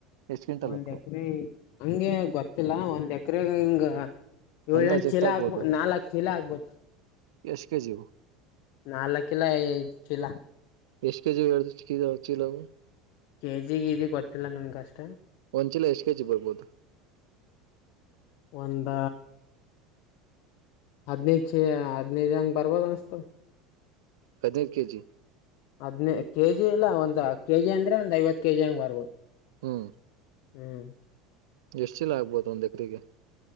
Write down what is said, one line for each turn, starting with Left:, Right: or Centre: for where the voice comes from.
Right: ಎಷ್ಟ್ ಗಿಂಟಲ್
Left: ಒಂದ್
Right: ಹಾಕವ
Left: ಎಕರೆ ಹಂಗೆ ಗೊತ್ತಿಲ್ಲ ಒಂದ್ ಎಕರೆ ಹಿಂಗ ಏಳು
Right: ಅಂದಾಜ್
Left: ಎಂಟು ಚೀಲ
Right: ಎಷ್ಟ ಆಗ್ಬೋದು
Left: ಆಗ್ಬೋ ನಾಲ್ಕ ಚೀಲ ಆಗ್ಬೋದು
Right: ಎಷ್ಟ್ ಕೆಜಿವು
Left: ನಾಲ್ಕ ಎಲ್ಲ ಚೀಲ
Right: ಎಷ್ಟ್ ಕೆ ಜಿ ಅವು ಚೀಲ ಅದು
Left: ಕೆಜಿ ಇದಿ ಗೊತ್ತಿಲ್ಲ ನನ್ಗ ಅಷ್ಟ
Right: ಒಂದು ಚಿಲ್ಲ ಎಷ್ಟು ಕೆಜಿ ಬರ್ಬೋದು
Left: ಒಂದ ಹದಿನೈದು ಹದಿನೈದು ಚೀಲ ಹಾಗೆ ಬರ್ಬೋದ ಅನ್ಸ್ತ
Right: ಹದಿನೈದು ಕೆಜಿ
Left: ಹದ್ನೇ ಕೆಜಿ ಇಲ್ಲ ಒಂದ ಕೆಜಿ ಅಂದ್ರೆ ಒಂದ್ ಐವತ್ ಕೆಜಿ ಹಂಗ್ ಬರ್ಬೋದು
Right: ಹ್ಮ್
Left: ಹ್ಮ್
Right: ಎಷ್ಟು ಚೀಲ ಆಗ್ಬೋದು ಒಂದ್ ಎಕ್ರಿಗೆ